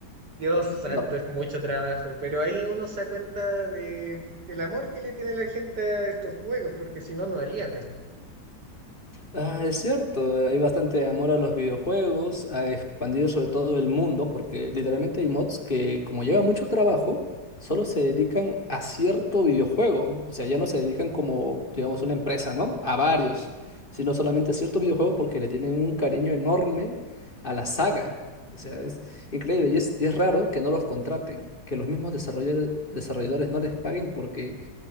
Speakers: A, on the right (about 75°); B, on the left (about 30°).
A: Dios santo,
B: No.
A: es mucho trabajo, pero ahí uno se da cuenta de, del amor que le tiene la gente a estos juegos, porque si no, no harían esto.
B: Ah, es cierto, hay bastante amor a los videojuegos, a expandir sobre todo el mundo, porque literalmente hay mods que, como lleva mucho trabajo, solo se dedican a cierto videojuego. O sea, ya no se dedican como, digamos, una empresa, ¿no? A varios, sino solamente a cierto videojuego porque le tienen un cariño enorme a la saga. O sea, es increíble y es, y es raro que no los contraten, que los mismos desarrolladores, desarrolladores no les paguen porque